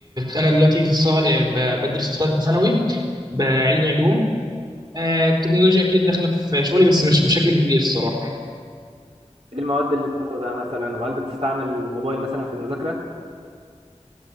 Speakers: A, on the right; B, on the right.
A: انا دلوقتي في الصه... آه، ب- بدرس في ثالثه ثانوي بعلمي علوم آه، التكنولوجيا اكيد داخله في شغلي بس مش بشكل كبير الصراحه
B: ايه المواد اللي بتاخدها مثلا وهل بتستعمل الموبايل مثلا في المذاكره